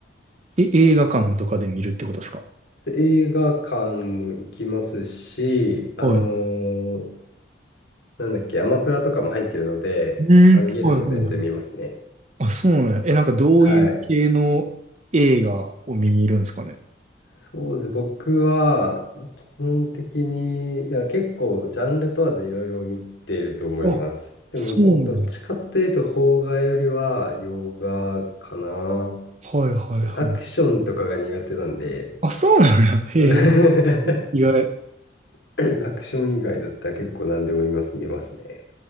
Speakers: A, on the right; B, on the left.
A: い。え、映画館とかで見るってことですか
B: そう映画館も行きますし、あの
A: はい。
B: ーなんだっけ、アマプラとかも入ってるので、
A: うん、
B: あの家でも全然見ますね。
A: はいはいはい。あ、そうねえ、なんかどういう系の映画を見にいるんですかね
B: はい。そうですね。僕は、基本的に、いや、結構、ジャンル問わずいろいろ見ていると思います。
A: あ、
B: でもど、
A: そうね。
B: どっちかっていうと、邦画よりは洋画かな。
A: はいはいはい。
B: アクションとかが苦手なんで、
A: あ、そうなんや。<laughs> へえ、
B: それ
A: 意外。
B: <laughs> アクション以外だったら結構何でも見ます、見ますね。